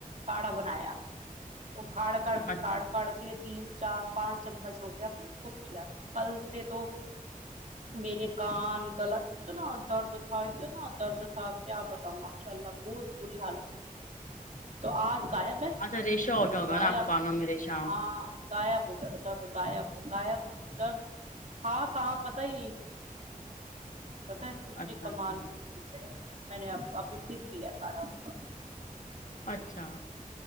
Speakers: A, on the right; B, on the left.
A: کاڑھا بنایا وہ کڑ کر کے
B: اچھا
A: کڑ کر کے ت <unintelligible> چار پانچ چمچ ہو گیا پھر اس کو پیا کل سے تو میرے کان گل تو نہ درد تھاائے <unintelligible> اتنا درد تھا کیا بتاؤں ماشاء اللہ بہت بری حالت تھی تو آج غائب ہے
B: اچھا ریشا ہو گیا ہوگا
A: غائب
B: نا آپ کو کام نام میں ریشا
A: ہاں غائب ہو گیا تو درد غائب غائب درد ہاں کہاں پتا ہی نہیں پتا اتنی
B: اچھا
A: کمال
B: اچھا
A: کی چیز ہے میں نے اب ابھی پھر کیا کاڑھا ہو
B: اچھا